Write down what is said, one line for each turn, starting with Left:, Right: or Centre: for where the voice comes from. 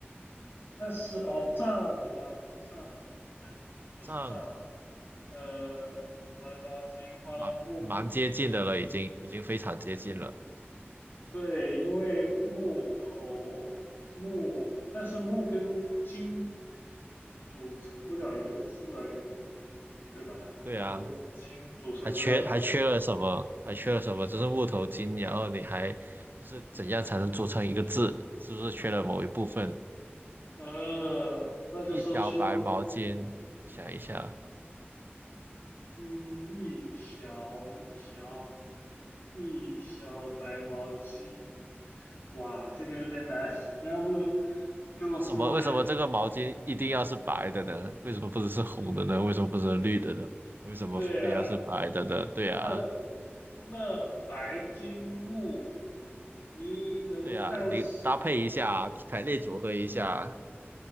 Left: 但是哦，杖吗？杖，对，不，不是杖，
Right: 这样
Left: 呃，白毛巾挂到木，
Right: 蛮蛮接近的了，已经已经非常接近了。
Left: 对，因为木头木，但是木跟筋组成不了一个字啊，感觉，对吧？
Right: 对啊，
Left: 木头跟筋组成不了一个。
Right: 还缺还缺了什么？还缺了什么？就是木头筋，然后你还就是怎样才能组成一个字？是不是缺了某一部分？
Left: 呃，那就是出，
Right: 一条白毛巾，想一下，
Left: 嗯，一条一条一条白毛巾，哇，这个有点难，<laughs> 要不跟我说吧？
Right: 为什么为什么这个毛巾一定要是白的呢？为什么不是是红的呢？为什么不是绿的呢？
Left: <laughs>
Right: 为什么非要是白的呢？
Left: 对呀，
Right: 对啊。
Left: 那那白金木，你能暂时？
Right: 对呀，你搭配一下，排列组合一下，